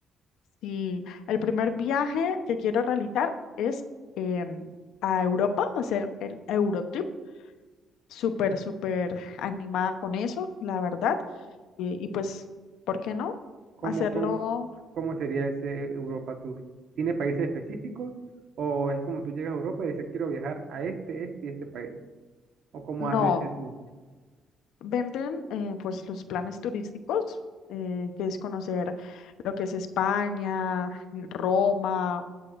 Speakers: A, on the left; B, on the right.
A: sí, el primer viaje que quiero realizar es em, a Europa, hacer el Eurotrip. Súper, súper animada con eso, la verdad. eh, y pues, ¿por qué no?
B: ¿Cómo,
A: Hacerlo,
B: cómo, cómo sería ese Europa Tour? ¿Tiene países específicos o es como tú llegas a Europa y dices quiero viajar a este, este y este país? ¿O cómo
A: no.
B: haces ese tour?
A: Venden eh, pues los planes turísticos, eh, que es conocer lo que es España, Roma,